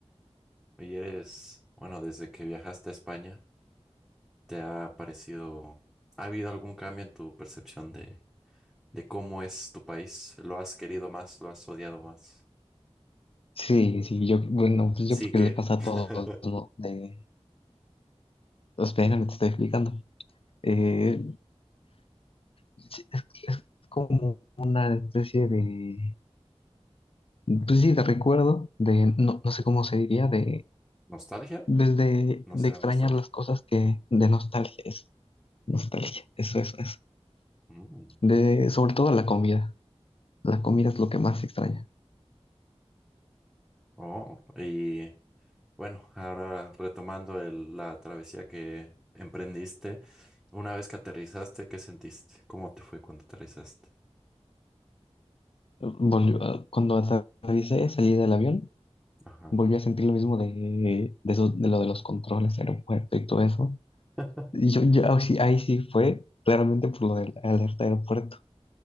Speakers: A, in the centre; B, on the left.
A: Y eres, bueno, desde que viajaste a España, ¿te ha parecido, ha habido algún cambio en tu percepción de de cómo es tu país. ¿Lo has querido más? ¿Lo has odiado más?
B: Sí, sí, yo, bueno, pues
A: Sí,
B: yo creo
A: ¿qué?
B: que le pasa a
A: <laughs>
B: todos, ¿no? De, espera, me te estoy explicando. Eh, sí, es, es como una especie de, pues sí, de recuerdo, de, no, no sé cómo se diría, de,
A: ¿Nostalgia?
B: desde,
A: No
B: de
A: será
B: extrañar
A: nostalgia.
B: las cosas que, de nostalgia, es nostalgia, eso, eso, eso.
A: Mm.
B: de, sobre todo la comida. La comida es lo que más extraña.
A: Oh, y bueno, ahora retomando el- la travesía que emprendiste, una vez que aterrizaste, ¿qué sentiste? ¿Cómo te fue cuando aterrizaste?
B: Volvió- ah, cuando aterricé, salí del avión,
A: Ajá.
B: volví a sentir lo mismo de, de, eso- de lo de los controles, aeropuerto y todo eso.
A: <laughs>
B: Y yo, yo ahí sí, ahí sí fue claramente por lo del alerta aeropuerto,